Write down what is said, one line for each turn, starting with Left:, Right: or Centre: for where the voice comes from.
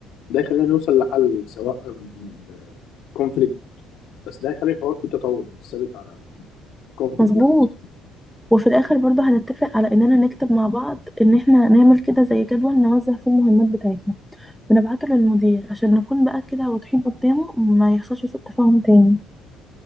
Left: ده يخلينا نوصل لحل سواء ب- conflict بس ده يخلي الحوار فيه تطور مش ثابت على conflict
Centre: مظبوط
Left: بس
Centre: وفي الاخر برضو هنتفق على اننا نكتب مع بعض ان احنا نعمل كده زي جدول نوزع فيه المهمات بتاعتنا ونبعته للمدير عشان نكون بقى كده واضحين قدامه ما يحصلش سوء تفاهم تاني